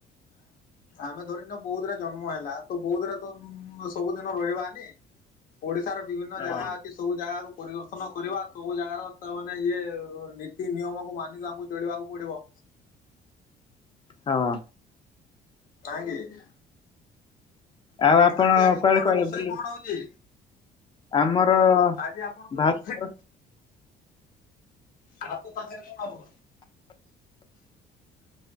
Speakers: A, on the left; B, on the left.
A: ଆମେ ଧରି ନିଅ ବୌଧରେ ଜନ୍ମ ହେଲା ତ ବୌଧରେ ତ ସବୁଦିନ ରହିବାନି। ଓଡିଶାର ବିଭିନ୍ନ ଜାଗା
B: ହଁ
A: ଅ ସବୁ ଜାଗାକୁ ପରିଦର୍ଶନ କରିବା ସବୁ ଜାଗାର ତା ମାନେ ଇଏ ନୀତି ନିୟମକୁ ମାନିକି ଆମକୁ ଚଳିବାକୁ ପଡିବ।
B: ହଁ।
A: ନାଇଁକି?
B: ଆଉ ଆପଣ
A: ଆଜି ଆଜି
B: କୁଆଡେ
A: କଣ
B: କୁଆଡେ
A: ରୋଷେଇ
B: ବୁଲି
A: କଣ ହଉଛି?
B: ଆମର
A: ଆଜି ଆପଣଙ୍କର
B: ଭାତ
A: ରୋଷେଇ ଆ ତ ତାଙ୍କ କବ <unintelligible>